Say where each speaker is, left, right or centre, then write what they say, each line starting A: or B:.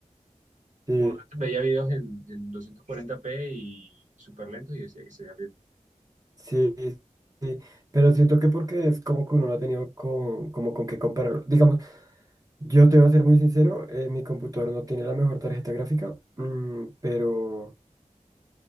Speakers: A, on the right; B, on the right.
A: sí.
B: uno antes veía videos en, en 240p y súper lentos y decía que se veía bien.
A: Sí, sí, sí, pero siento que porque es como que uno no ha tenido con, como con qué compararlo. Digamos, yo te voy a ser muy sincero, eh, mi computador no tiene la mejor tarjeta gráfica, mm, pero